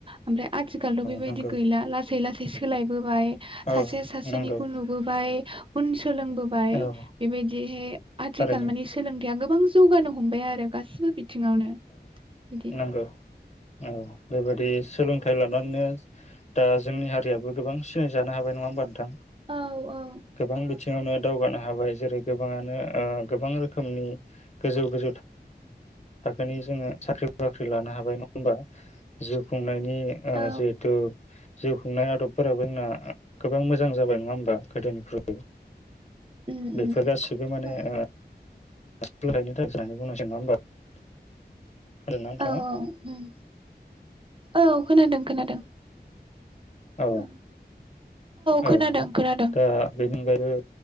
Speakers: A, on the right; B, on the left.
A: ओमफ्राय आथिखालथ बेबायदि
B: नंगौ
A: गैला लासै लासै सोलायबोबाय
B: औ
A: सासे सासेनिखौ
B: नंगौ
A: नुबोबाय उन स सोलोंबोबाय
B: औ
A: बेबायदिहाय आथिखाल
B: थारैनो
A: माने सोलों गोबां जौगानो हमबाय आरो गासिबो बिथिङावनो बिदि
B: औ औ बेबायदि सोलोंथ थाइ लानानैनो दा जोंनि हारियाबो गोबां सिनायजानो हाबाय नङा होमबा नोंथां
A: औ औ
B: गोबां बिथिङावनो दावगानो हाबाय जेरै गोबाङानो ओ गोबां रोखोमनि गोजौ गोजौ थाखोनि जोङो साख्रि बाख्रि लानो हाबाय नङा होमबा जिउ खुंनाय नि ओ
A: औ
B: जिहेतु जिउ खुंनाय आदबफोराबो जोंना गोबां मोजां जाबाय नङा होमबा गोदोनिख्रुइ
A: उम उम
B: बेफोर गासैबो माने
A: औ
B: ओ <unintelligible> <unintelligible> <unintelligible> नानै थाङा
A: औ औ उम औ खोनादों खोनादों
B: औ
A: ओं खोनादों
B: औ
A: खोनादों
B: दा बेनि अनगायै बो